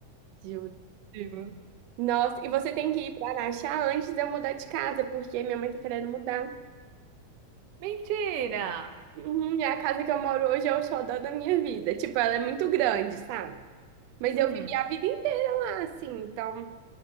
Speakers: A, on the right (about 70°); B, on the right (about 90°).
A: juro.
B: Digo,
A: Nossa, e você tem que ir para Araxá antes de eu mudar de casa, porque minha mãe tá querendo mudar.
B: Mentira!
A: Uhum, e a casa que eu moro hoje é o xodó da minha vida. Tipo, ela é muito grande, sabe? Mas
B: Uhum.
A: eu vivi a vida inteira lá, assim, então